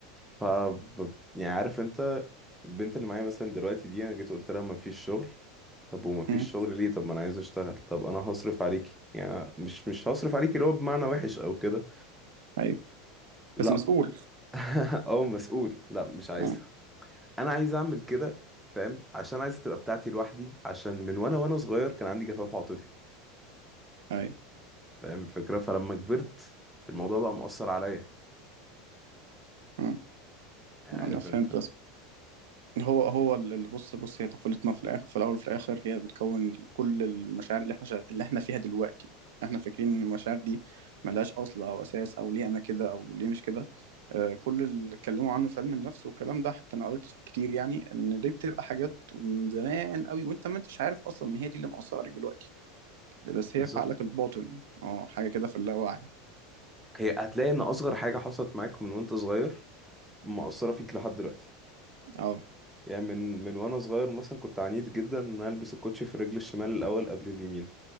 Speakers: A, in the centre; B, on the right.
A: ف يعني عارف انت البنت اللي معايا مثلا دلوقتي دي انا جيت قلت لها ما فيش شغل طب وما فيش
B: امم
A: شغل ليه طب ما انا عايز اشتغل طب انا هصرف عليكي يعني مش مش هصرف عليكي اللي هو بمعنى وحش او كده
B: ايوه
A: لا
B: بس مسؤول
A: <laughs> او مسؤول لا مش عايزه
B: اه
A: انا عايز اعمل كده فاهم عشان عايز تبقى بتاعتي لوحدي عشان من وانا وانا صغير كان عندي جفاف عاطفي
B: ايوه
A: فاهم الفكره فلما كبرت الموضوع بقى مؤثر عليا
B: امم
A: يعني عارف
B: انا فهمت
A: انت
B: هو هو اللي بص بص هي طفولتنا في الاخر في الاول وفي الاخر هي بتكون كل المشاعر اللي احنا شغ... اللي احنا فيها دلوقتي احنا فاكرين ان المشاعر دي ملهاش اصل او اساس او ليه انا كده او ليه مش كده آه كل اللي اتكلموا عنه في علم النفس والكلام ده حتى انا قريت فيه كتير يعني ان دي بتبقى حاجات من زمان قوي وانت ما انتش عارف اصلا ان هي دي اللي مأثره عليك دلوقتي بس هي
A: بالظبط
B: في عقلك الباطن اه حاجه كده في اللاوعي
A: هي هتلاقي ان اصغر حاجه حصلت معاك من وانت صغير مأثره فيك لحد دلوقتي
B: اه
A: يعني من من وانا صغير مثلا كنت عنيد جدا ان أنا البس الكوتشي في الرجل الشمال الاول قبل اليمين